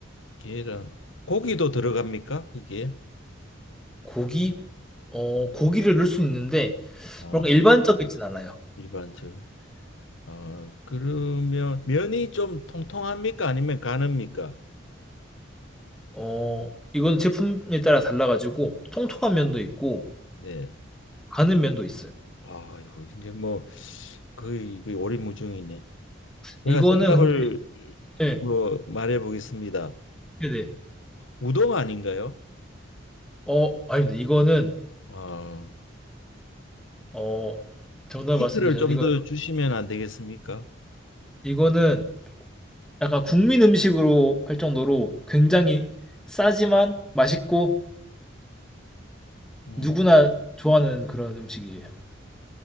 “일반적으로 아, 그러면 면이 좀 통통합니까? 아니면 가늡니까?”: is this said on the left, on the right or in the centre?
Left